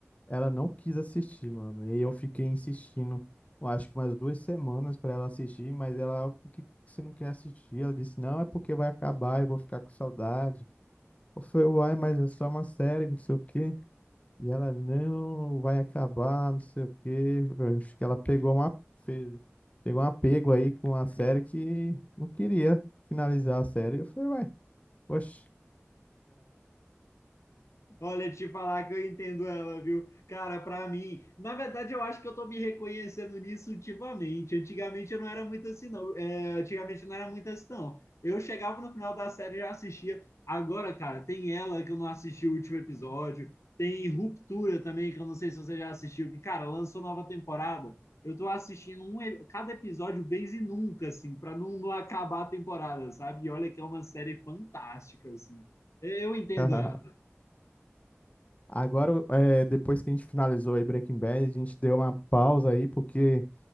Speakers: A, on the left (about 30°); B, on the left (about 90°).
A: ela não quis assistir, mano. E eu fiquei insistindo, eu acho que umas duas semanas pra ela assistir, mas ela, "Ah, por que você não quer assistir? Ela disse, não, é porque vai acabar, eu vou ficar com saudade. Eu falei, uai, mas é só uma série, não sei o quê. E ela não vai acabar, não sei o quê. Acho que ela pegou uma, fez- pegou um apego aí com a série que não queria finalizar a série. Eu falei, ué, poxa.
B: Olha, te falar que eu entendo ela, viu? Cara, pra mim, na verdade, eu acho que eu tô me reconhecendo nisso ultimamente. Antigamente eu não era muito assim, não. É, antigamente eu não era muito assim, não. Eu chegava no final da série e já assistia. Agora, cara, tem ela que eu não assisti o último episódio. Tem Ruptura também, que eu não sei se você já assistiu, que, cara, lançou nova temporada. Eu tô assistindo um, e- cada episódio vez e nunca, assim, pra não, não acabar a temporada, sabe? E olha que é uma série fantástica, assim. Eu eu entendo
A: <laughs>
B: ela.
A: Agora, é, depois que a gente finalizou aí Breaking Bad, a gente deu uma pausa aí, porque,